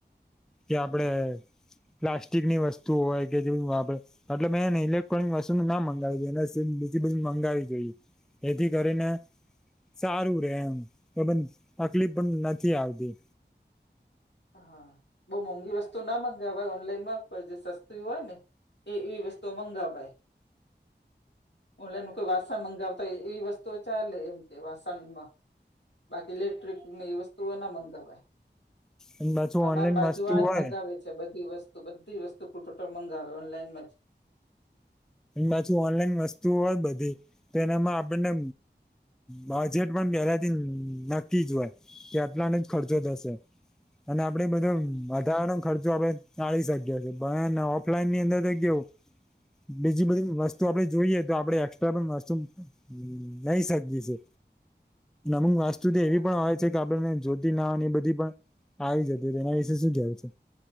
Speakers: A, in the centre; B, on the left (about 70°).
A: કે આપડે પ્લાસ્ટિકની વસ્તુ હોય કે જે આપડે એટલે મેંને ઇલેક્ટ્રોનિક વસ્તુ ના મંગાવી જોઈએ એ બીજી બિલ મંગાવી જોઈએ એથી કરીને સારું રે એમ એ તકલીફ પણ નથી આવતી
B: હા બહુ મોંઘી વસ્તુ ના મગાવ ભાઈ ઓનલાઈન માં જે સસ્તું હોય ને એ એવી વસ્તુઓ મંગાવાય. ઓનલાઈન કોઈ વાસણ મંગાવતા હોય એવી વસ્તુઓ ચાલે એમ કે વાસણમાં બાકી ઇલેક્ટ્રિક એ વસ્તુઓ ના મંગાવવાય
A: અને પાછું
B: તમામારે
A: ઓનલાઈન
B: બાજુ
A: વસ્તુ
B: આ જ
A: હોય
B: મંગાવે છે, બધી વસ્તુ બધી વસ્તુ ટોટલ મંગાવે ઓનલાઈનમા
A: પાછું ઓનલાઈન વસ્તુ હોય બધી તો એનામાં આપણને બજેટ પણ પેલા થી નક્કી જ હોય કે આટલાને જ ખર્ચો થશે. અને આપડે બધો
B: હમ
A: વધારા નો ખર્ચો આપડે ચાળી શ્યા છે ઓફલાઈન ની અંદર તો કેવુ બીજી બધી વસ્તુ આપડે જોઈએ તો આપડે એક્સ્ટ્રા પણ વસ્તુ હ નહી સબજીી છે, નમક સુધી
B: હા
A: એવી પણ હોય છે કે આપડેને જ્યોતી ના એ બધી પણ આવી જતી હો તો એના વિશે શું કહેય છે.